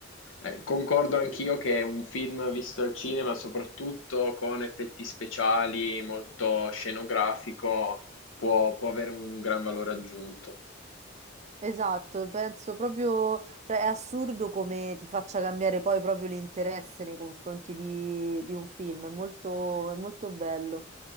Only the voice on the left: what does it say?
eh, concordo anch'io che un film visto al cinema, soprattutto con effetti speciali, molto scenografico, può può avere un gran valore aggiunto.